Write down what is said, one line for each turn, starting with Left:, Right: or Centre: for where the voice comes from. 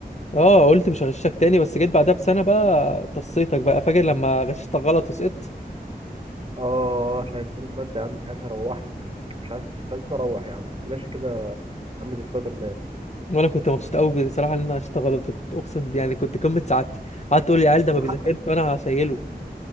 Left: اه قلت مش هغششك تاني بس جيت بعدها بسنه بقى طصيتك بقى فاكر لما غششتك غلط وسقطت
Right: اه شايلتني المادة يا عم ساعتها روحت مش عارف مش عايز اروح يا عم كنت ماشي كده عم زي سبايدر
Left: وانا كنت مبسوط قوي بصراحه ان انا غششتك غلط كنت اقسم يعني كنت قمه سعادتي قعدت تقول لي العيال ده
Right: مان
Left: ما بيذاكرش وانا هشيله